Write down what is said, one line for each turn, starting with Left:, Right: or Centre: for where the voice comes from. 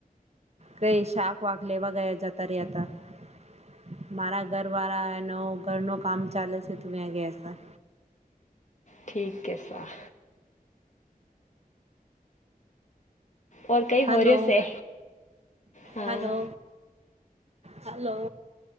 Right: કઈ શાક વાક લેવા ગયા જતા રહ્યા હતા મારા ઘર વાળા એનો ઘરનો કામ ચાલે છે તો ત્યાં ગયા છે. તા
Left: ઠીક કે સા ઓર કંઈ
Right: હાલો
Left: હો રહ્યો છે હા
Right: હાલો. હાલો